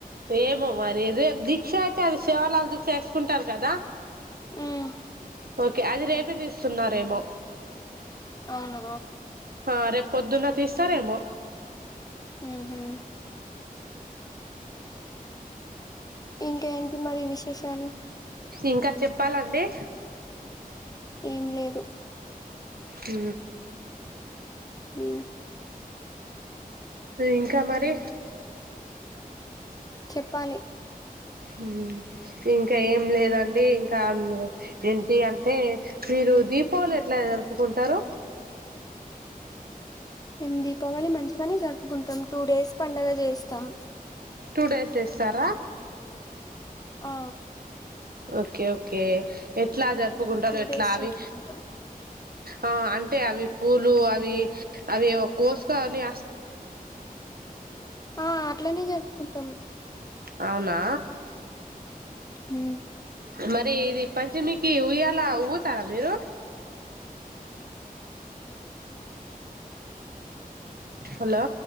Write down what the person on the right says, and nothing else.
ఏమో మరి రేపు దీక్ష అయితే అది శివలాాల దీక్ష వేసుకుంటారు కదా
ఓకే అది రేపే తీస్తున్నారేమో
ఆ రేపు పొద్దున తీస్తరేమో <inaudible>
ఇంక చెప్పాలండి
ఊ
ఇంకా మరి
ఊ ఇంక ఏం లేదండి ఇంక ఆమ్ ఏంటి అంటే మీరు దీపావళి ఎట్లా జరుపుకుంటారు
టూ డేస్ చేస్తార
ఓకే ఓకే ఎట్ల జరుప్ పుగుంటరు
ఎట్లా
ఆవి
ఆ అంటే అవి పూలు అవి అవి కోసుకోవని
అవునా
మరి ఇది పంచమికి ఉయ్యల ఊగుతార మీరు హలో